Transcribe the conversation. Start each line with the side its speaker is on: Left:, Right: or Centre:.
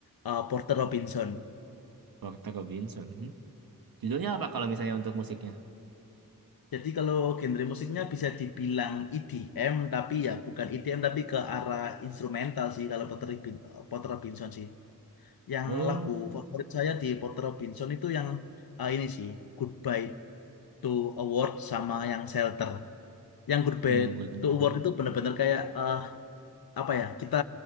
Left: eh, Porter Robinson.
Right: Porter Robinson. Hmm? Judulnya apa kalau misalnya untuk musiknya?
Left: Jadi kalau genre musiknya bisa dibilang EDM, tapi ya bukan EDM tapi ke arah instrumental sih kalau Porter, Robin- Porter Robinson sih. Yang
Right: Oh,
Left: lagu favorit saya di Porter Robinson itu yang eh, ini sih, Goodbye to Award sama yang Shelter. Yang Goodbye
Right: oh goodbye.
Left: to Award itu benar-benar kayak eh, apa ya? Kita